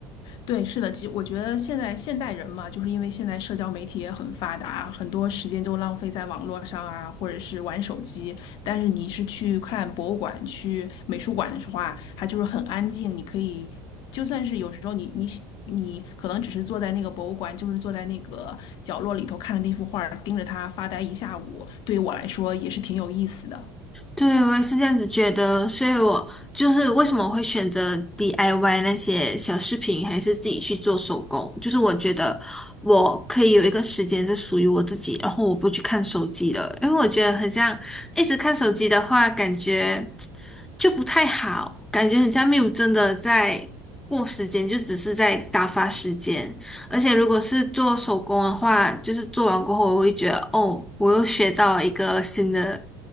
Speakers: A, on the left; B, in the centre.
A: 对，是的，其我觉得现在现代人嘛，就是因为现在社交媒体也很发达，很多时间都浪费在网络上啊，或者是玩手机。但是你是去看博物馆、去美术馆的时候啊，它就是很安静，你可以就算是有时候你你你可能只是坐在那个博物馆，就是坐在那个角落里头看着那幅画儿，盯着它发呆一下午，对于我来说也是挺有意思的。
B: 对，我也是这样子觉得，所以我就是为什么我会选择 DIY 那些小饰品，还是自己去做手工，就是我觉得我可以有一个时间是属于我自己，然后我不去看手机了，因为我觉得很像一直看手机的话，感觉就不太好，感觉很像没有真的在过时间，就只是在打发时间。而且如果是做手工的话，就是做完过后，我会觉得哦，我又学到一个新的。